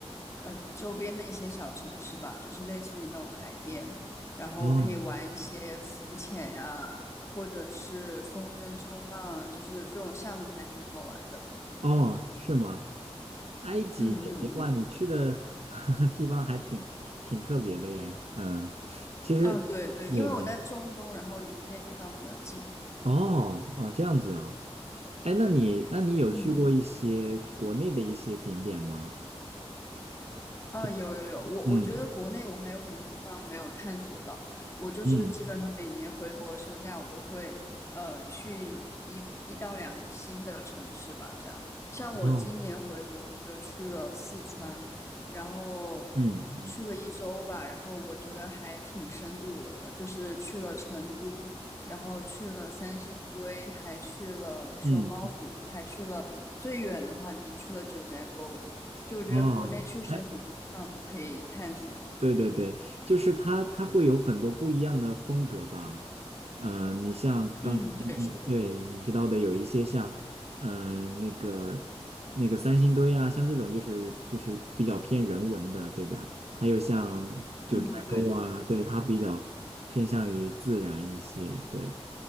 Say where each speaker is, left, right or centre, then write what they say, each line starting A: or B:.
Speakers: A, on the left; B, on the right.
A: 呃周边的一些小城市吧，就是类似于那种海边。然后可以玩一些浮潜呀、
B: 哦
A: 或者是风筝冲浪啊，就是这种项目还挺好玩的。
B: 哦，是吗？埃及那边，
A: 嗯嗯嗯
B: 哇，你去的 <laughs> 地方还挺挺特别的耶。嗯，其实，
A: 嗯，对对，
B: 对对，
A: 因为我在中东，然后离这些地方比较近。
B: 哦哦，这样子哦。哎，那你那你有去过一些国内的一些景点吗？
A: 嗯。嗯，
B: 就
A: 有有有，我我觉得国内我还有很多地方没有探索到。
B: 嗯
A: 我就是基本上每年回国休假，
B: 嗯
A: 我都会呃去一一到两个新的城市吧。这样，像我今年回国，
B: 哦
A: 我就去了四川，然后
B: 嗯嗯
A: 去了一周吧。然后我觉得还挺深度游的，就是去了成都，然后去了三星堆，还去了熊猫谷，
B: 嗯
A: 还去了最远的话就是去了九寨沟。就我觉得国内确实很多地方都可以探索。
B: 哦，哎。对对对，就是它，它会有很多不一样的风格吧。呃，你像刚，
A: 嗯，对，
B: 嗯对你提到的有一些像，
A: 是的，
B: 呃，那个那个三星堆啊，像这种就是就是比较偏人文的，对吧？还有像九寨沟啊，
A: 嗯，对对，
B: 对，它比较偏向于自然一些。对，